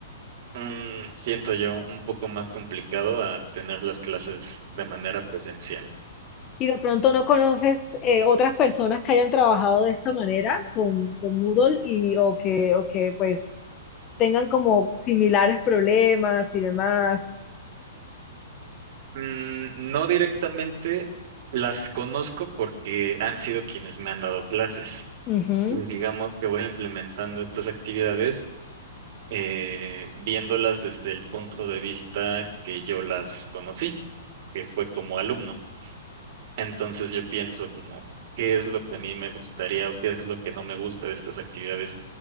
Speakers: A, on the right (about 45°); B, on the left (about 25°).
A: un, siento yo, un poco más complicado a tener las clases de manera presencial.
B: Y de pronto no conoces eh, otras personas que hayan trabajado de esta manera con, con Moodle y o que, o que pues tengan como similares problemas y demás.
A: Mm, no directamente las conozco porque han sido quienes me han dado clases.
B: Ujú,
A: Y Digamos que voy implementando estas actividades eh, viéndolas desde el punto de vista que yo las conocí, que fue como alumno. Entonces yo pienso como, ¿qué es lo que a mí me gustaría o qué es lo que no me gusta de estas actividades